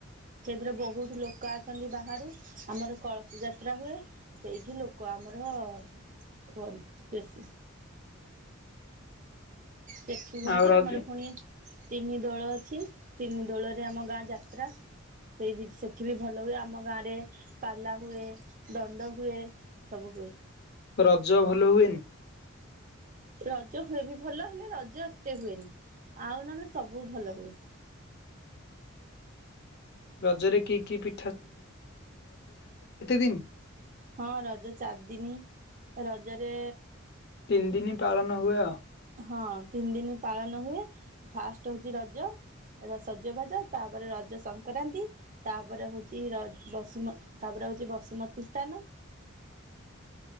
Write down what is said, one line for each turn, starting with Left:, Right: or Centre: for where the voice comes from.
Right: ସେଥିରେ ବହୁତ୍ ଲୋକ ଛନ୍ତି ବାହାରୁ ଆମର କଳସ ଯାତ୍ରା ହୁଏ ସେଇଠି ଲୋକ ଆମର ଖୁଅନି ବେଶୀ। ଦେଖି ତତେହୁଅନ୍ତି
Left: ଆଉ ରଜ
Right: ଆମର ପୁଣି ତିନି ଦୋଳ ଅଛି ତିନି ଦୋଳରେ ଆମ ଗାଁ ଯାତ୍ରା। ସେଇ ସେଠି ବି ଭଲ ହୁଏ ଆମ ଗାଁରେ ପାଲା ହୁଏ ଦଣ୍ଡ ହୁଏ। ସବୁ ହୁଏ।
Left: ରଜ ଭଲ ହୁଏନି?
Right: ରଜ ହୁଏ ବି ଭଲ ହେଲେ ରଜ ଏତେ ହୁଏନି ଆଉ ନହେଲେ ସବୁ ଭଲ ହୁଏ।
Left: ରଜରେ କି କି ପି ଦିନ?
Right: ହଁ ରଜ ଚାରି ଦିନି। ରଜରେ
Left: ତିନି ଦିନି ପାଳନ ହୁଏ।
Right: ହଁ ତିନି ଦିନି ପାଳନ ହୁଏ ଫାଷ୍ଟ ହଉଛି ରଜ। ର ସଜ ବାଜ ତାପରେ ରଜ ସଂକ୍ରାନ୍ତି। ତାପରେ ହଉଚି ର ବସୁମତୀ ତାପରେ ହଉଚି ବସୁମତୀ ସ୍ଥାନ।